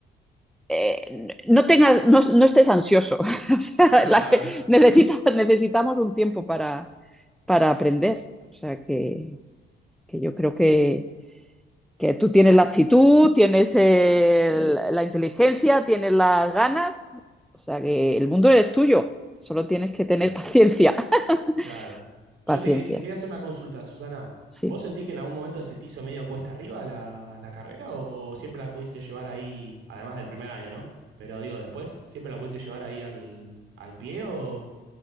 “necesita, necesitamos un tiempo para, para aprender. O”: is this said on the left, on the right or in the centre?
Centre